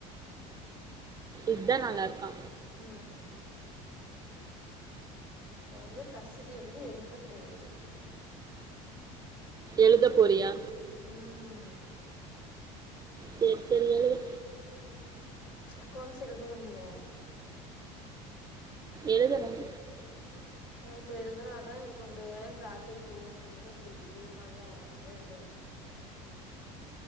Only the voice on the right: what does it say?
இதா நல்லா இருக்கு
எழுத போறியா
செரி செரி எழுது
எழுதணும்